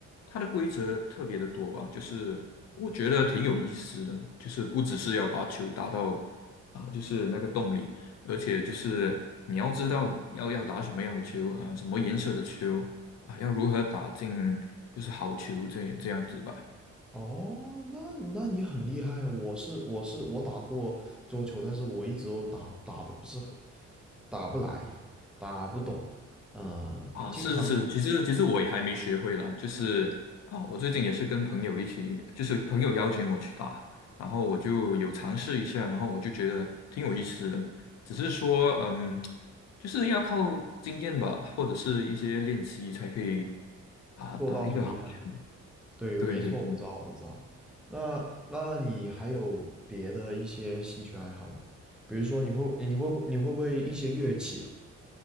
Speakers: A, on the left; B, in the centre.
A: 它的规则特别的多吧，就是我觉得挺有意思的，就是不只是要把球打到啊、就是那个洞里，而且就是你要知道要要打什么样的球啊、什么颜色的球啊、要如何打进就是好球这这样子吧。
B: 哦，那那你很厉害啊！我是我是我打过桌球，但是我一直都打打的不是很，打不来，打不懂，嗯，
A: 啊，
B: 经常
A: 是是是，其实其实我也还没学会啦，就是啊，我最近也是跟朋友一起，就是朋友邀请我去打，然后我就有尝试一下，然后我就觉得挺有意思的，只是说嗯，就是要靠经验吧，或者是一些练习才可以啊打一个好球。
B: 做到很厉害。对，
A: 对对对。
B: 没错，我知道，我知道。那那你还有别的一些兴趣爱好吗？比如说你会你会不你会不会一些乐器啊？